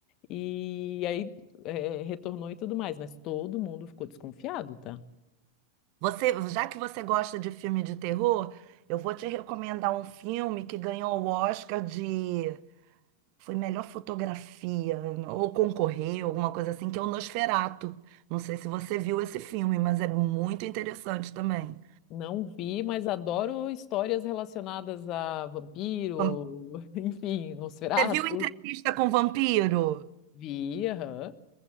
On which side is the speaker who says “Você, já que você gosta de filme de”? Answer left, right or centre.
Right